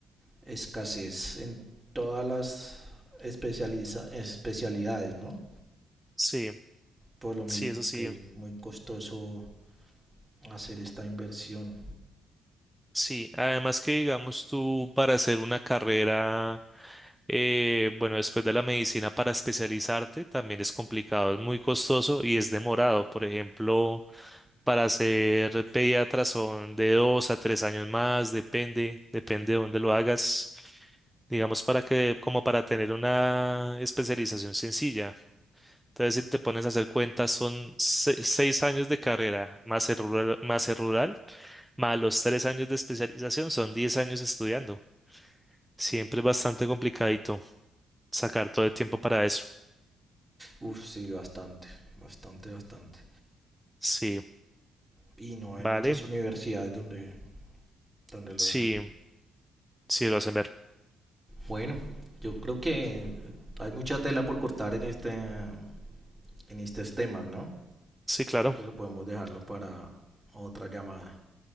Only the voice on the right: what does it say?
escasez en todas las especializa- especialidades, ¿no?
Por lo mismo
que es muy costoso hacer esta inversión.
Uf, sí, bastante, bastante, bastante.
Y no hay
muchas universidades donde, donde lo
den.
Bueno, yo creo que hay mucha tela por cortar en este, en estos temas, ¿no?
Yo creo que podemos dejarlo para otra llamada.